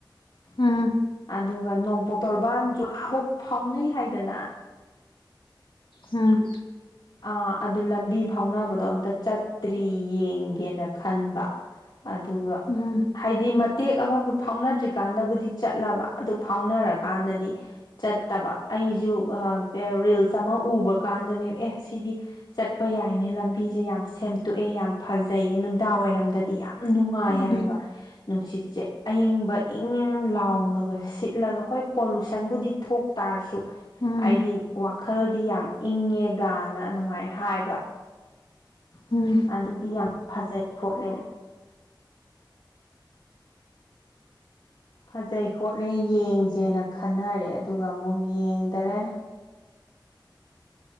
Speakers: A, on the left; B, on the left.
A: ꯎꯝ
B: ꯑꯗꯨꯒ ꯅꯣꯡꯄꯣꯛ ꯇꯣꯔꯕꯥꯟꯁꯨ ꯑꯃꯛꯥꯎ ꯐꯥꯎꯅꯩ ꯍꯥꯏꯗꯅ
A: ꯎꯝ
B: ꯑ ꯑꯗꯨ ꯂꯝꯕꯤ ꯐꯥꯎꯅꯕꯗꯣ ꯑꯝꯇ ꯆꯠꯇ꯭ꯔꯤ ꯌꯦꯡꯒꯦꯅ ꯈꯟꯕ ꯑꯗꯨꯒ
A: ꯎꯝ
B: ꯍꯥꯏꯗꯤ ꯦꯛ ꯑꯃꯕꯨ ꯐꯥꯎꯅꯗ꯭ꯔꯤꯀꯥꯟꯗꯕꯨꯗꯤ ꯆꯠꯂꯕ ꯑꯗꯨ ꯐꯥꯎꯅꯔꯀꯥꯟꯗꯗꯤ ꯆꯠꯇꯕ ꯑꯩꯁꯨ ꯔꯤꯜꯁ ꯑꯃ ꯎꯕ ꯀꯥꯟꯗꯅꯦ ꯑꯦ ꯁꯤꯗꯤ ꯆꯠꯄ ꯌꯥꯏꯅꯦ ꯂꯝꯕꯤꯁꯦ ꯌꯥꯝ ꯁꯦꯝꯇꯣꯛꯑꯦ ꯌꯥꯝ ꯐꯖꯩꯌꯦ ꯅꯨꯡꯗꯥꯡꯋꯥꯏꯔꯝꯗꯗꯤ ꯌꯥꯝ ꯅꯨꯡꯉꯥꯏ
A: ꯎꯝ
B: ꯍꯥꯏꯌꯦꯕ ꯅꯨꯡꯁꯤꯠꯁꯦ ꯑꯌꯪꯕ ꯏꯪ ꯏꯪ ꯂꯥꯎꯅꯒ ꯁꯤꯠꯂꯒ ꯍꯣꯏ ꯄꯣꯂꯨꯁꯟꯕꯨꯗꯤ ꯊꯣꯛꯇꯥꯔꯁꯨ
A: ꯎꯝ
B: ꯑꯩꯗꯤ ꯋꯥꯈꯜꯗꯤ ꯌꯥꯝ ꯏꯪꯉꯦ ꯅ ꯑꯗꯨꯃꯥꯏꯅ ꯍꯥꯏꯕ
A: ꯎꯝ
B: ꯑꯗꯨꯒꯤ ꯌꯥꯝ ꯐꯖꯩ ꯄꯣꯠꯂꯦꯟ ꯐꯖꯩ ꯈꯣꯠꯂꯦ ꯌꯦꯡꯁꯦꯅ ꯈꯟꯅꯔꯦ ꯑꯗꯨꯒ ꯑꯃꯨꯛ ꯌꯦꯡꯗꯔꯦ